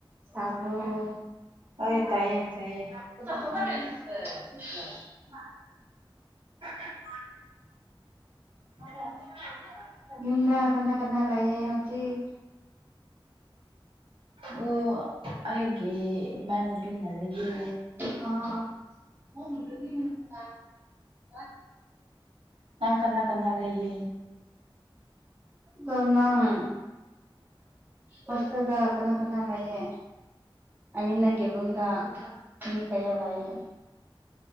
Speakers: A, on the right (about 20°); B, on the right (about 70°).
A: ꯇꯥꯕꯔꯣ <unintelligible>
B: ꯍꯣꯏ ꯇꯥꯏꯌꯦ ꯇꯥꯏꯌꯦ <unintelligible> <unintelligible>
A: ꯌꯨꯝꯗ ꯀꯅꯥ ꯀꯅꯥ ꯂꯩꯌꯦ ꯍꯧꯖꯤꯛ
B: ꯑꯣ ꯑꯩꯒꯤ ꯏꯃꯥꯟꯅꯕꯤꯃ ꯂꯩꯌꯦ
A: ꯑꯥ <unintelligible>
B: ꯅꯪ ꯀꯅꯥ ꯀꯅꯥ ꯂꯩꯌꯦ
A: ꯗꯣ ꯅꯡ ꯍꯣꯁꯇꯦꯜꯗ ꯀꯅꯥ ꯀꯅꯥ ꯂꯥꯏꯌꯦ ꯑꯥꯏ ꯃꯤꯟ ꯅꯪꯒꯤ ꯔꯨꯝꯗ ꯃꯤ ꯀꯌꯥ ꯂꯥꯏꯌꯦ